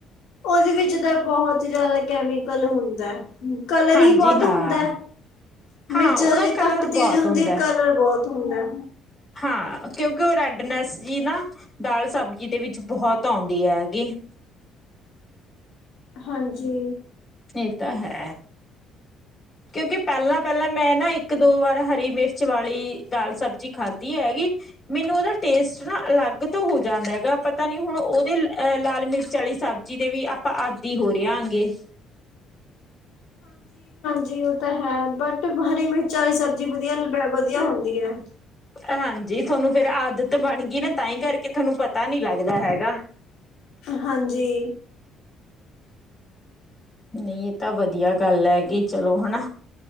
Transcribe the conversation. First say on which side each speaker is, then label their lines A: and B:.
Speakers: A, on the left (about 80°); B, on the left (about 25°).
A: ਉਹਦੇ ਵਿੱਚ ਤਾਂ ਬਹੁਤ ਜਿਆਦਾ ਕੈਮੀਕਲ ਹੁੰਦਾ ਕਲਰ
B: ਹਾਂਜੀ
A: ਹੀ ਬਹੁਤ
B: ਹਾਂ।
A: ਹੁੰਦਾ ਮਿਰਚ
B: ਹਾਂ ਉਹਦਾ
A: ਹਜੇ
B: ਕਲਰ
A: ਘੱਟ
B: ਬਹੁਤ
A: ਤੇਜ਼ ਹੁੰਦੀ
B: ਹੁੰਦਾ ਹੈ
A: ਕਲਰ ਬਹੁਤ ਹੁੰਦਾ ਹੈ
B: ਹਾਂ ਕਿਉਂਕਿ ਉਹ ਰੈਡਨੈਸ ਜੀ ਨਾ ਦਾਲ ਸਬਜ਼ੀ ਦੇ ਵਿੱਚ ਬਹੁਤ ਆਉਂਦੀ ਹੈ ਹੈਗੀ
A: ਹਾਂਜੀ
B: ਇਹ ਤਾਂ ਹੈ ਕਿਉਂਕਿ ਪਹਿਲਾਂ ਪਹਿਲਾਂ ਮੈਂ ਨਾ ਇੱਕ ਦੋ ਵਾਰ ਹਰੀ ਮਿਰਚ ਵਾਲੀ ਦਾਲ ਸਬਜ਼ੀ ਖਾਧੀ ਹੈਗੀ ਮੈਨੂੰ ਉਹਦਾ ਟੇਸਟ ਨਾ ਅਲੱਗ ਤੋਂ ਹੋ ਜਾਂਦਾ ਹੈਗਾ ਪਤਾ ਨੀ ਹੁਣ ਉਹਦੇ ਅਹ ਲਾਲ ਮਿਰਚ ਵਾਲੀ ਸਬਜ਼ੀ ਦੇ ਵੀ ਆਪਾਂ ਆਦਿ ਹੋ ਰਹੇ ਆ ਗਏ
A: ਜੀ ਉਹ ਤਾਂ ਹੈ, ਬਟ ਹਰੀ ਮਿਰਚ ਵਾਲੀ ਸਬਜ਼ੀ ਵਧੀਆ ਵਧੀਆ ਹੁੰਦੀ ਐ
B: ਹਾਂਜੀ ਤੁਹਾਨੂੰ ਫੇਰ ਆਦਤ ਬਣ ਗਈ ਨਾ ਤਾਂ ਹੀ ਕਰਕੇ ਤੁਹਾਨੂੰ ਪਤਾ ਨਹੀਂ ਲੱਗਦਾ ਹੈਗਾ
A: ਹਾਂਜੀ
B: ਨਹੀਂ ਇਹ ਤਾਂ ਵਧੀਆ ਗੱਲ ਹੈਗੀ ਚਲੋ ਹਨਾ